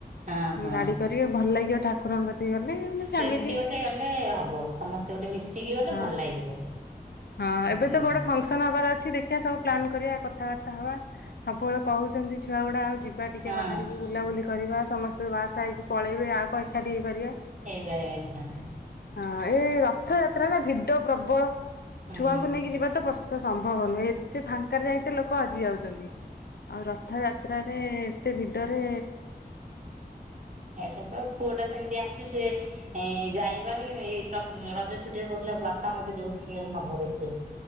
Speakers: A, on the right; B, on the left.
A: ହଁ
B: ଉଁ
A: ହଁ ହଁ।
B: ଗାଡି କରି ଭଲ ଲାଗିବ ଠାକୁରଙ୍କ କତିକି ଗଲେ ମାନେ
A: ସେମିତି
B: ଫ୍ୟାମିଲି
A: ଗୋଟେ ଗଲେ ହବ ସମସ୍ତେ ଗୋଟେ ମିଶିକି ଗଲେ
B: ହଁ
A: ଭଲ ଲାଗିବ।
B: ହଁ
A: ହୁଁ
B: ଏବେ ତ ବଡ ଫଙ୍କସନ ହବାର ଅଛି ଦେଖ ଦେଖିବା ସବୁ ପ୍ଲାନ୍ କରିବା କଥାବାର୍ତ୍ତା ହବା ସବୁବେଳେ କଉଛନ୍ତି ଛୁଆ ଗୁଡା ଆଉ ଯିବ ଯିବା ଟିକେ
A: ହଁ
B: ବାହାରୁକୁ ବୁଲାବୁଲି କରିବା ସମସ୍ତେ ବାହାସାହା ହେଇକି ପଳେଇବେ ଆଉ କଣ ଏକାଠି ହେଇପାରିବା।
A: ହେଇପାରିବାନି ତାମେ।
B: ହଁ ଏଇ ରଥଯାତ୍ରା ନା ଭିଡ ପ୍ରବଳ
A: ହୁଁ।
B: ଛୁଆଙ୍କୁ ନେଇକି ଯିବା ତ ପସ୍ ତ ସମ୍ଭବ ନୁହେ ଏତେ ଫାଙ୍କାରେ ଯାଇତ ଲୋକ ହଜି ଯାଉଛନ୍ତି ଆଉ ରଥଯାତ୍ରାରେ ଏତେ ଭିଡ଼ରେ
A: ଏଟା ତ ପୁଅଟା ସେମିତି ଆସ ସି ସେ ଏଁ ଯାଇପରୁନି କିନ୍ତୁ ଏଇ ରଥ୍ ରଜ ଛୁଟିରେ କହୁଥିଲା ବାପା ମତେ ଯୋଉଠି ନବ ଦେଖେଇ।